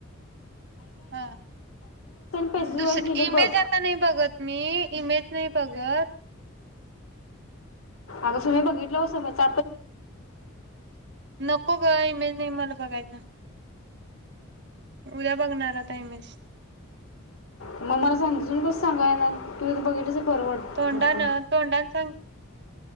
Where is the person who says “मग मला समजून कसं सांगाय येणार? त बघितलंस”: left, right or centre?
Left